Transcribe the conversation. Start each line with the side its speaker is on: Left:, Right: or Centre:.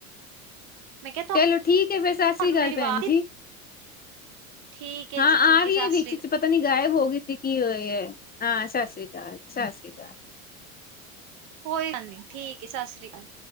Right: ਮੈਂ ਕਿਹਾ
Left: ਚਲੋ ਠੀਕ ਏ, ਫੇਰ ਸਤਿ
Right: ਤੁਹਾਨੂੰ
Left: ਸ੍ਰੀ ਅਕਾਲ
Right: ਮੇਰੀ
Left: ਪੈਣ
Right: ਆਵਾਜ਼
Left: ਜੀ
Right: ਠੀਕ ਏ
Left: ਹਾਂ
Right: ਜੀ ਠੀਕ
Left: ਆ ਰਹੀ
Right: ਸਤਿ
Left: ਏ ਵਿੱਚ
Right: ਸ੍ਰੀ
Left: ਚ ਪਤਾ ਨੀ ਗਾਇਬ ਹੋ ਗਈ ਸੀ, ਕੀ ਹੋਏਆ ਹਾਂ ਸਤਿ ਸ੍ਰੀ ਅਕਾਲ ਸਤਿ ਸ੍ਰੀ ਅਕਾਲ।
Right: ਕੋਈ ਗੱਲ ਨੀ, ਠੀਕ ਏ ਸਸਰੀ ਅਕਾਲ।